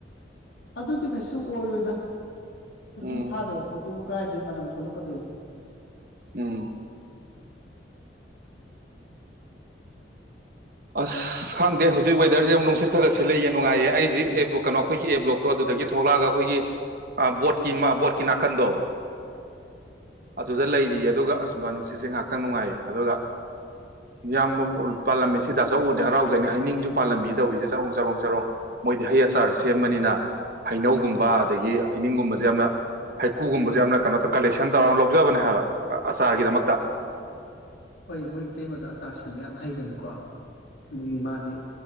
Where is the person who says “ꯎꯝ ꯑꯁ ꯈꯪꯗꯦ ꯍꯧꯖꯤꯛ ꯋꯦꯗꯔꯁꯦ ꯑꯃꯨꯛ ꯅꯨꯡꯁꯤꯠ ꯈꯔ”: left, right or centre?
Right